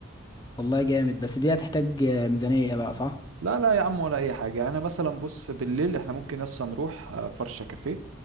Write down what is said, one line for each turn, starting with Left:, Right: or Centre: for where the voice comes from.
Left: والله جامد بس دي هتحتاج آه، ميزانية بقى صح
Right: لا لا يا عم ولا اي حاجه انا مثلا بص بالليل احنا ممكن يسا نروح آه، فرشه كافيه